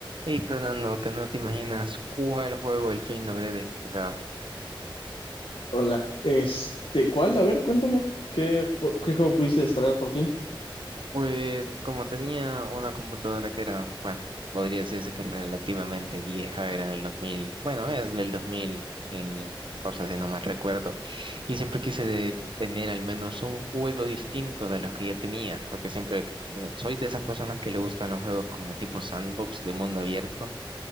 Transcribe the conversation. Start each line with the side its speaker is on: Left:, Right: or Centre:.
Right: Hey Fernando, que no te imaginas cuál juego al fin logré descargar.
Left: Hola. Este, ¿cuál? A ver, cuéntame. ¿Qué, por- qué juego pudiste descargar por fin?
Right: Pues como tenía una computadora que era, bueno, podría decirse que relativamente vieja, era del 2000, bueno, es del 2014 si no mal recuerdo, y siempre quise de- tener al menos un juego distinto de los que ya tenía, porque siempre bueno, soy de esas personas que le gustan los juegos como tipo sandbox de mundo abierto,